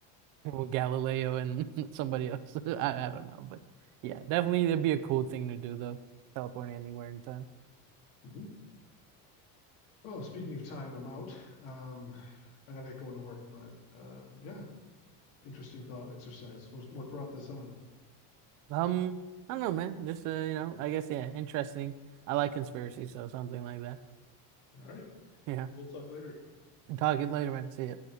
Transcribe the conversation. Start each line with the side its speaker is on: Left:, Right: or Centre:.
Right: <laughs> Galileo and <laughs> somebody else. <laughs> I, I don't know, but yeah, definitely that'd be a cool thing to do though. Teleporting anywhere in time.
Left: Mhm. Well, speaking of time, I'm out. Um, I gotta get going to work, but uh, yeah, interesting thought exercise. What, what brought this on?
Right: Um, I don't know, man. Just uh, you know, I guess yeah, interesting. I like conspiracy, so something like that.
Left: All right,
Right: Yeah.
Left: we'll talk later.
Right: Talk it later, man. See ya.